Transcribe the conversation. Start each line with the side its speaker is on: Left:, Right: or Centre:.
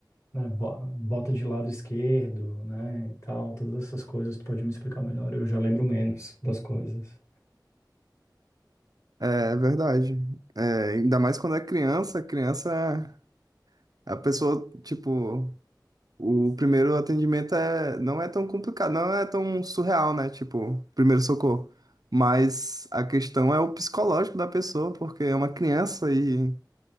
Left: né? Bo- Bota de lado esquerdo, né? E tal, todas essas coisas, tu pode me explicar melhor, eu já lembro menos das coisas.
Right: É é verdade. É, ainda mais quando é criança, criança, é a pessoa, tipo O primeiro atendimento é, não é tão complicado, não é tão surreal, né? Tipo, primeiro socorro. Mas a questão é o psicológico da pessoa, porque é uma criança e